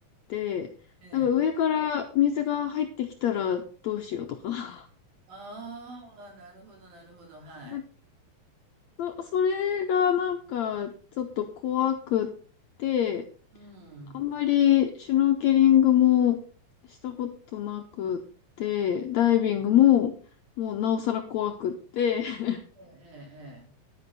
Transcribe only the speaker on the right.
ええ。
ああ、なるほど、なるほど、はい。
うん。
ええ、
ええ、ええ。